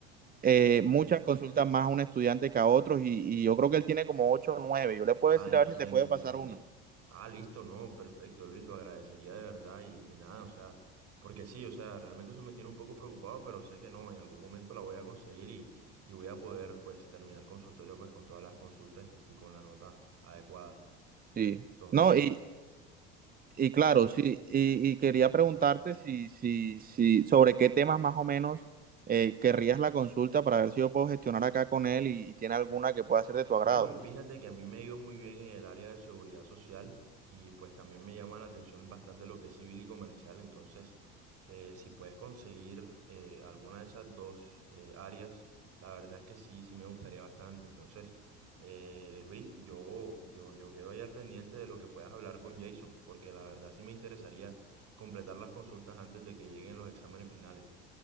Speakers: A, on the right; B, on the right.
A: eh,
B: Perfecto.
A: muchas consultas más a un estudiante que a otros. Y, y yo creo que él tiene como ocho o nueve. Yo le puedo
B: Ah,
A: decir
B: entiendo,
A: a ver si te puede
B: entiendo.
A: pasar una.
B: Ah, listo, no, perfecto, Luis, lo agradecería de verdad y, y nada, o sea, porque sí, o sea, realmente eso me tiene un poco preocupado, pero sé que no, en algún momento la voy a conseguir y, y voy a poder, pues, terminar el consultorio, pues, con todas las consultas y, y con la nota adecuada.
A: Sí.
B: Entonces...
A: No, y, Y claro, sí, y, y quería preguntarte si, si, si, sobre qué temas más o menos eh, querrías la consulta para ver si yo puedo gestionar acá con él y, y tiene alguna que pueda ser de tu agrado.
B: Bueno, fíjate que a mí me ha ido muy bien en el área de seguridad social y pues también me llama la atención bastante lo que es civil y comercial. Entonces, eh, si puedes conseguir eh, alguna de esas dos eh, áreas, la verdad es que sí, sí me gustaría bastante. Entonces, eh, Luis, yo, yo, yo quedo ahí al pendiente de lo que puedas hablar con Jason, porque la verdad sí me interesaría completar las consultas antes de que lleguen los exámenes finales.